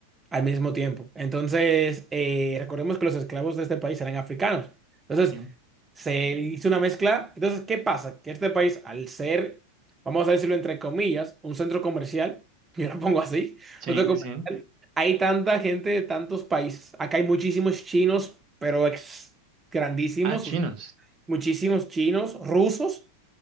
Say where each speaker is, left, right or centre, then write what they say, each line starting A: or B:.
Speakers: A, on the right (about 15°); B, on the right (about 40°).
A: al mismo tiempo. Entonces, eh, recordemos que los esclavos de este país eran africanos. Entonces,
B: sí,
A: se hizo una mezcla. Entonces, ¿qué pasa? Que este país, al ser, vamos a decirlo entre comillas, un centro comercial, <laughs> yo lo pongo así,
B: sí,
A: un centro
B: sí.
A: comercial, hay tanta gente de tantos países. Acá hay muchísimos chinos, pero ex- grandísimos,
B: Ah, chinos,
A: o sea, muchísimos chinos, rusos.